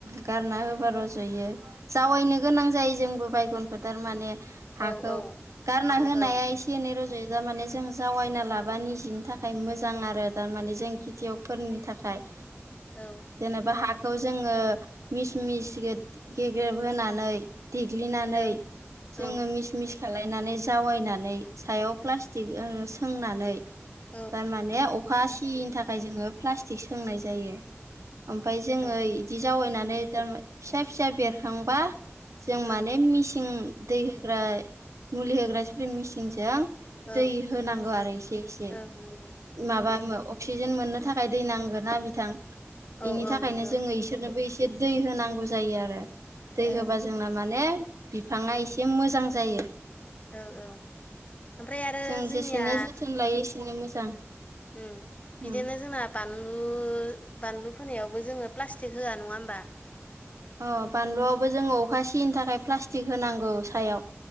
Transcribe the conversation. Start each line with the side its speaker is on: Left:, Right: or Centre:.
Right: गारना होबा रज'यो। जावैनो गोनां जायो जोंबो बायगनखौ थार माने हाखौ
Left: औ औ
Right: गारना होनाया
Left: औ
Right: ए से एनै रज'यो थार माने जों जावायना लाबा निजेनि थाखाय मोजां आरो थार माने जों खेथियाव फोरनि थाखाय।
Left: औ।
Right: जेनेबा हाखौ जोङो मिस मिस गे-गेग्रेब होनानै देग्लिनानै
Left: ओं औ
Right: जोङो मिस मिस खालायनानै जावायनानै सायाव प्लासटिक सोंनानै
Left: औ
Right: थार माने अखा सियैनि थाखाय जोङो प्लास्टिक सोंनाय जायो ओमफ्राय जोङो
Left: औ
Right: इदि जावैनानै थारम फिसा फिसा बेरखांबा जों
Left: औ
Right: माने मिसिं दै होग्रा मुलि होग्रा सिप्रिं मिसिनजों
Left: औ ओं
Right: दै होनांगौ आरो इसे एसे।
Left: ओं नंगौ
Right: माबा अक्सिजेन मोननो थाखाय दै नांगोना बिथां बेनि
Left: औ औ
Right: थाखायनो
Left: नंगौ।
Right: जोङो इसोरनोबो एसे दै होनांगौ जायो आरो दै
Left: ओं
Right: होबा जोंना माने बिफाङा एसे मोजां जायो।
Left: औ औ ओमफ्राय आरो
Right: जों
Left: जोंनिया
Right: जेसेनो जोथोन लायो एसेनो मोजां।
Left: उम बिदिनो
Right: उम
Left: जोंना बानलु बानलु फोनायावबो जोङो प्लास्टिक होआ नङा होमबा।
Right: अ बानलुआवबो जोङो अखा सिनि थाखाय प्लास्टिक होनांगौ सायाव।